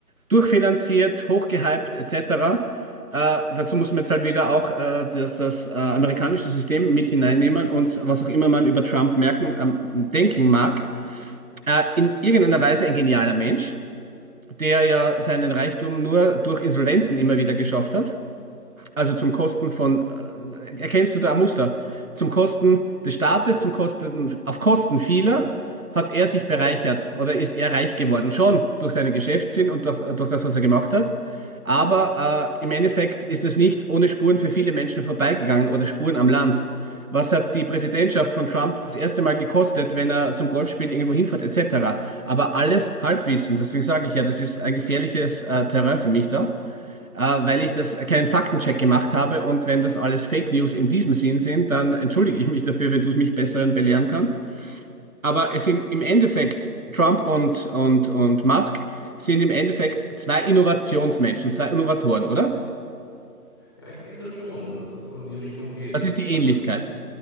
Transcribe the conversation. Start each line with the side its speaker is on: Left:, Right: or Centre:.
Right: Durchfinanziert, hochgehypt, etc. Äh, dazu muss man jetzt halt wieder auch äh, das, das äh, amerikanische System mit hineinnehmen und was auch immer man über Trump merken, ähm, denken mag. Äh, in irgendeiner Weise ein genialer Mensch, der ja seinen Reichtum nur durch Insolvenzen immer wieder geschafft hat. Also zum Kosten von, äh, erkennst du da ein Muster? Zum Kosten des Staates, zum Kosten, auf Kosten vieler hat er sich bereichert oder ist er reich geworden. Schon durch seinen Geschäftssinn und durch, durch das, was er gemacht hat. Aber äh, im Endeffekt ist es nicht ohne Spuren für viele Menschen vorbeigegangen oder Spuren am Land. Was hat die Präsidentschaft von Trump das erste Mal gekostet, wenn er zum Golfspielen irgendwo hinfährt, etc.? Aber alles Halbwissen. Deswegen sage ich ja, das ist ein gefährliches äh, Terrain für mich da äh, weil ich das äh, keinen Faktencheck gemacht habe. Und wenn das alles Fake News in diesem Sinn sind, dann entschuldige ich mich dafür, wenn du es mich besseren belehren kannst. Aber es sind im Endeffekt Trump und, und, und Musk sind im Endeffekt zwei Innovationsmenschen, zwei Innovatoren, oder?
Left: ja, ich denke schon, dass es so in die Richtung geht.
Right: Das ist die Ähnlichkeit.
Left: Ta-